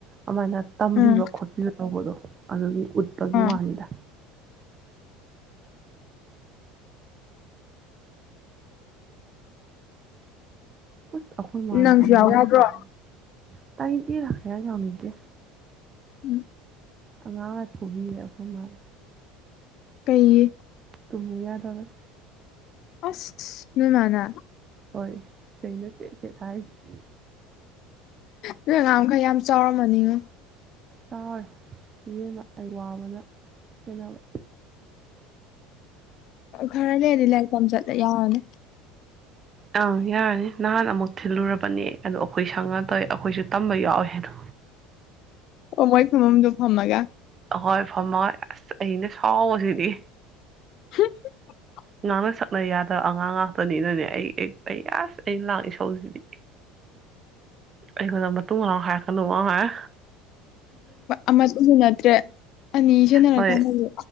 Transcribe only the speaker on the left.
ꯎꯝ
ꯑꯥ
ꯅꯪꯁꯨ
ꯌꯥꯎ
ꯌꯥꯕ꯭ꯔꯣ
ꯎꯝ
ꯀꯩꯒꯤ
ꯑꯁ ꯅꯣꯏ ꯃꯥꯅ
ꯅꯣꯏ ꯑꯉꯥꯡꯈꯩ ꯌꯥꯝ ꯆꯥꯎꯔꯃꯅꯤꯅ
ꯈꯔ ꯂꯩꯔꯗꯤ ꯂꯥꯏꯔꯤꯛ ꯇꯝ ꯆꯠꯂ ꯌꯥꯔꯅꯤ
ꯑꯣ ꯃꯣꯏ ꯐꯝꯐꯝꯗꯣ ꯐꯝꯃꯒ
<inaudible>
<inaudible>
ꯑꯃ ꯎꯕ ꯅꯠꯇ꯭ꯔꯦ ꯑꯅꯤ ꯁꯤꯖꯤꯟꯅꯔꯀꯥꯟꯗꯗꯤ